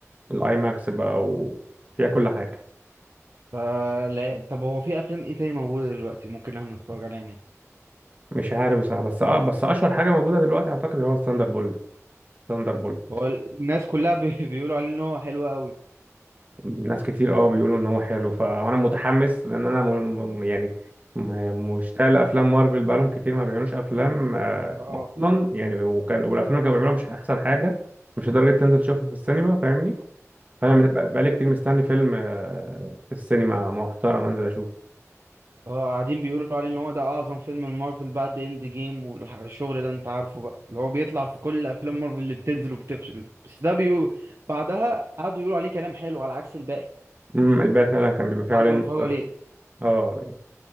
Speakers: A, on the right; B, on the right.
A: الاي ماكس بقى وفيها كل حاجة
B: ف- لا طب هو في أفلام إيه تاني موجودة دلوقتي ممكن إحنا نتفرج عليها هنا
A: مش عارف بصراحة بس اه بس اشهر حاجة موجودة دلوقتي اعتقد اللي هو الثاندر بولت ثاندر بولت
B: هو الناس كلها بي... <laughs> بيقولوا عليه إن هو حلو أوي
A: ناس كتير اه بيقولوا ان هو حلو ف... وانا متحمس لان انا م... م- يعني م- مشتاق لافلام مارفل بقالهم كتير ما بيعملوش افلام آه،
B: اه
A: اصلا يعني وكان والافلام اللي كانوا بيعملوها مش احسن حاجه مش لدرجه تنزل تشوفها في السينما فاهمني فانا
B: اه
A: مت- بقالي كتير مستني فيلم آه، في السينما محترم انزل اشوفه
B: اه قاعدين بيقولوا عليه ان هو ده اعظم فيلم مارفل بعد اند جيم والشغل ده انت عارفه بقى اللي هو بيطلع في كل افلام مارفل اللي بتنزل وبتفشل بس ده بيقول بعدها قعدوا يقولوا عليه كلام حلو على عكس الباقي
A: امم الباقي فعلا كان بيبقى فيه
B: بعد
A: عليه
B: ما اتفرجوا عليه
A: اه يعني،